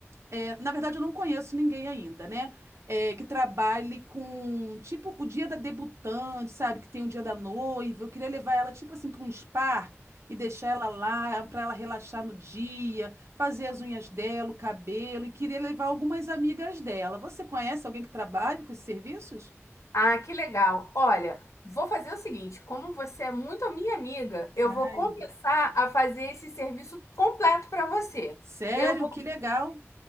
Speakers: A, on the right (about 65°); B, on the left (about 85°).
A: É, na verdade, eu não conheço ninguém ainda, né? É, que trabalhe com, tipo, o dia da debutante, sabe? Que tem o dia da noiva. Eu queria levar ela, tipo assim, para um spa e deixar ela lá para ela relaxar no dia, fazer as unhas dela, o cabelo. E queria levar algumas amigas dela. Você conhece alguém que trabalha com esses serviços?
B: Ah, que legal. Olha, vou fazer o seguinte: como você é muito a minha amiga, eu
A: Ai,
B: vou começar a fazer esse serviço completo para você.
A: sério?
B: Eu vou,
A: Que legal.